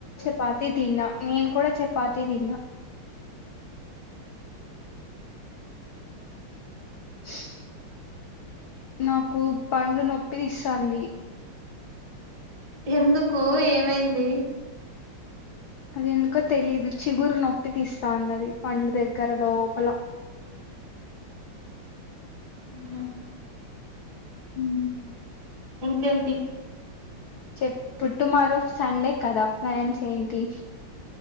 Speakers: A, on the left (about 80°); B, on the right (about 50°).
A: పాతి తిన్నా నేన్ కూడా చపాతి తిన్నా <unintelligible> నాకు పండ్లు నొప్పి తీస్తాంది
B: ఎందుకు ఏమైంది
A: అది ఎందుకో తెలీదు చిగురు నొప్పి తీస్తాంది అది పండు దగ్గర లోపల
B: మ్హూ.
A: మ్మ్.
B: ఇంకేంటి
A: చెప్పు టు మారో సండే కదా ప్లాన్స్ ఏంటి